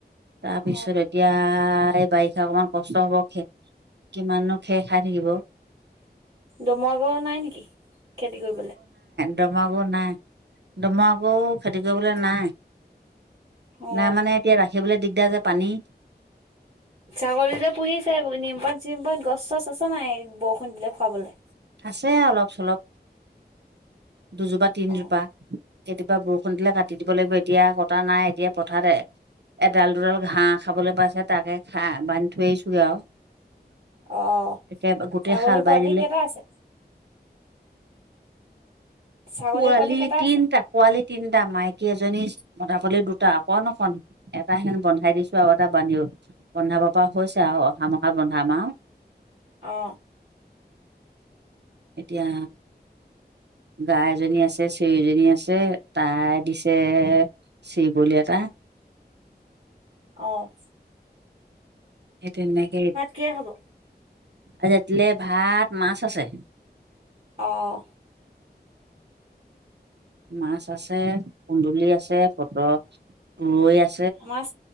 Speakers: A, on the right (about 80°); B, on the right (about 40°).
A: তাৰপিছত
B: অ
A: এতিয়া এই বাৰিষা অকমান কষ্ট হ'ব খে কিমাননো। খে খাই থাকিব।
B: দমৰা গৰু নাই নেকি খেতি কৰিবলৈ।
A: দমৰা গৰু নাই, দমৰা গৰু খেতি কৰিবলৈ নাই।
B: অ
A: নাই মানে, এতিয়া ৰাখিবলৈ দিগদাৰ যে পানী।
B: ছাগলী যে পুহিছে, নিমপাত, চিমপাত গছ চছ আছে নাই, বৰষুণ দিলে খুৱাবলৈ?
A: আছে অলপ চলপ দুজোপা তিনজোপা।
B: অ
A: কেতিয়াবা বৰষুণ দিলে কাটি দিব লাগিব, এতিয়া কটা নাই এতিয়া পথাৰতে। এডাল দুডাল ঘাঁহ খাবলৈ পাইছে, তাকে খাঁ বান্ধি থৈ আহিছোগে আৰু।
B: অহ,
A: একে গোটেই
B: ছাগলী
A: হাল বাই
B: পোৱালি
A: দিলে
B: কেইটা আছে? ছাগলী
A: পোৱালি
B: কেইটা
A: তিনটা
B: আছে
A: পোৱালি তিনটা মাইকী এজনী। মধা পলি দুটা অকণ, অকন। এটা ক্ষীণ বন্ধাই দিছো, আৰু এটা বান্ধো-বন্ধাব পৰা হৈছে আৰু। অ অহা মখাত বন্ধাম আ।
B: অ
A: এতিয়া। গাই এজনী আছে চেৰিজনী আছে তাই দিছে। <unintelligible>
B: <unintelligible> অ'ফ
A: সেইটেনেকে
B: কিহে খাব?
A: <unintelligible> লে ভাত মাছ আছে।
B: অ'
A: মাছ আছে, কুন্দুলি আছে, পট-তুৰৈ আছে।
B: মাছ,